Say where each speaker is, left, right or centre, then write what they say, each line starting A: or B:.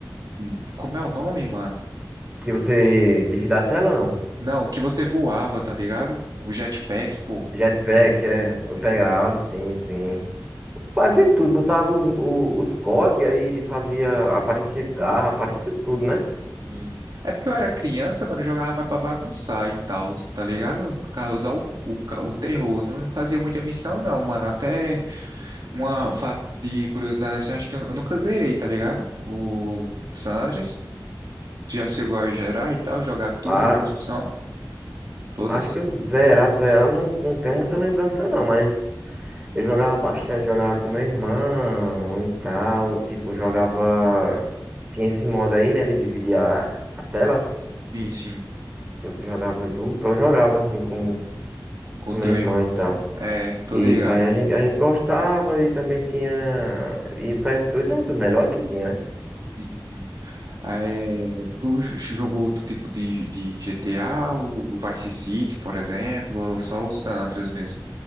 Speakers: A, on the right; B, on the right.
A: do... Como é o nome, mano?
B: Que você divida a tela, não?
A: Não, que você voava, tá ligado? O jetpack, pô.
B: Jetpack, é. Eu
A: É,
B: pegava, sim, sim. Fazia tudo, botava os, o- os códigos aí, fazia. Aparecia carro, aparecia tudo, né?
A: sim. É porque eu era criança, mano, eu jogava mais pra bagunçar e tal, tá ligado? Causar o, o, ca- o terror. Eu Não fazia muita missão, não, mano. Até uma um fato de curiosidade assim, acho que eu, eu nunca zerei, tá ligado? O Sandras. Tu já chegou a gerar e tal, jogar todas
B: Ah,
A: as missões? Todas?
B: acho que eu zerar, zerar, não, não tenho muita lembrança, não, mas eu jogava bastante, jogava com meu irmão e tal. Tipo, eu jogava. Tinha esse modo aí, né, de dividir a, a tela,
A: Sim, sim.
B: que você jogava em dupla. Eu jogava assim com
A: Com
B: meu
A: o teu
B: irmão
A: irmão,
B: e tal.
A: né? É, tô
B: Isso,
A: ligado.
B: aí a gente, a gente gostava e também tinha. E ps dois era um dos melhores que tinha, né?
A: Sim, sim. Ah, É, tu j- jogou outro tipo de, de GTA, o o Vice City, por exemplo, ou só o San Andreas mesmo?